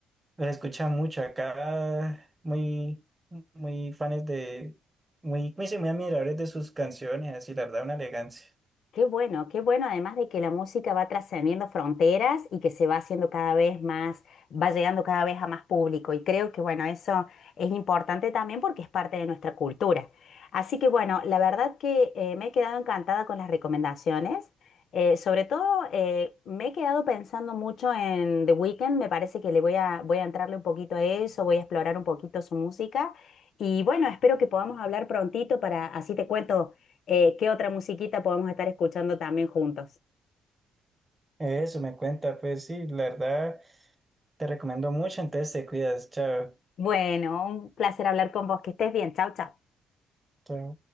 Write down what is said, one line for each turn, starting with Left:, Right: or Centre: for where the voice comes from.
Right: los escuchan mucho, acá muy, muy fans de, muy, muy, sí, muy admiradores de sus canciones, así la verdad una elegancia.
Left: Qué bueno, qué bueno, además de que la música va trascendiendo fronteras y que se va haciendo cada vez más, va llegando cada vez a más público. Y creo que, bueno, eso es importante también porque es parte de nuestra cultura. Así que, bueno, la verdad que eh, me he quedado encantada con las recomendaciones. Eh, sobre todo, eh, me he quedado pensando mucho en The Weeknd. Me parece que le voy a, voy a entrarle un poquito a eso, voy a explorar un poquito su música. Y bueno, espero que podamos hablar prontito para así te cuento eh, ¿qué otra musiquita podemos estar escuchando también juntos?
Right: Eso me cuenta, pues sí, la verdad. Te recomiendo mucho, entonces te cuidas. Chao.
Left: Bueno, un placer hablar con vos. Que estés bien. Chau, chau.
Right: Chao.